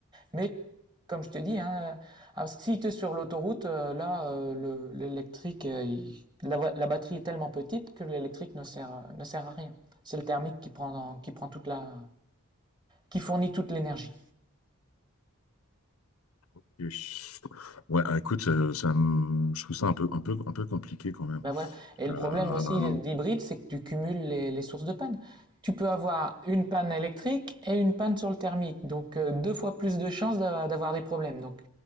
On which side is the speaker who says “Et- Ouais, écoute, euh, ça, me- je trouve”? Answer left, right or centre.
Left